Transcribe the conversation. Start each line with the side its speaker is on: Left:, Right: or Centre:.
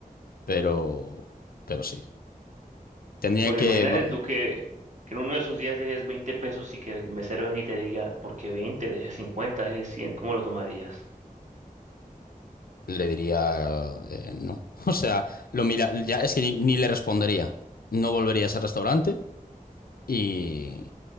Left: pero, pero sí. Tendría
Right: Bueno,
Left: que...
Right: imagínate
Left: vam-
Right: tú que, que en uno de esos días dejes 20 pesos y que el mesero venga y te diga, ¿por qué 20? Dejes 50, dejes 100. ¿cómo lo tomarías?
Left: Le diría eh, no. <laughs> O sea, lo mira, ya es que ni, ni le respondería. No volvería a ese restaurante y,